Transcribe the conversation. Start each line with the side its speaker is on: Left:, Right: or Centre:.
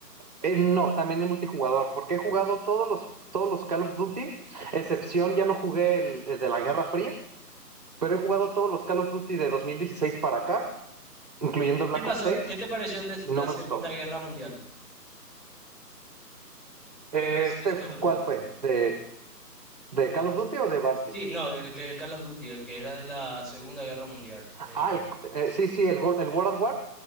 Right: eh, no, también en multijugador, porque he jugado todos los, todos los Call of Duty, excepción ya no jugué el, el de la Guerra Fría, pero he jugado todos los Call of Duty de 2016 para acá, incluyendo
Centre: ¿Qué
Right: Black
Centre: te pasó?
Right: Ops seis
Centre: ¿Qué te pareció el de
Right: y
Centre: la
Right: no
Centre: Segunda
Right: me gustó.
Centre: Guerra Mundial? ¿Qué
Right: Eh,
Centre: te pareció
Right: este,
Centre: ese
Right: f-
Centre: Call of
Right: ¿cuál
Centre: Duty?
Right: fue? ¿De, de Call of Duty o de Battlefield?
Centre: Sí, no, el que Call of Duty, el que era de la Segunda Guerra Mundial. Eh,
Right: Ah, el- eh, sí, sí, el, Go- el World at War.